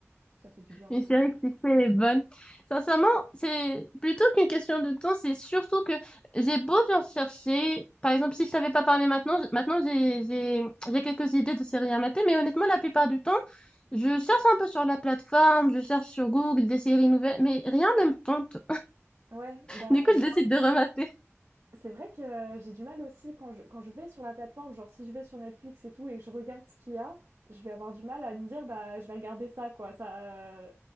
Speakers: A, on the right; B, on the left.
A: Ça fait du bien aussi.
B: Une série qui fait bonne. Sincèrement, c'est plutôt qu'une question de temps, c'est surtout que j'ai beau bien chercher. Par exemple, si je savais pas parler maintenant, j- maintenant j'ai, j'ai, j'ai quelques idées de séries à mater, mais honnêtement, la plupart du temps, je cherche un peu sur la plateforme, je cherche sur Google des séries nouvelles, mais rien ne me tente.
A: Ouais, bah
B: Du coup,
A: euh,
B: je décide de remater.
A: C'est vrai que euh, j'ai du mal aussi quand je, quand je vais sur la plateforme, genre si je vais sur Netflix et tout et que je regarde ce qu'il y a, je vais avoir du mal à me dire bah je vais regarder ça quoi. Ça, euh,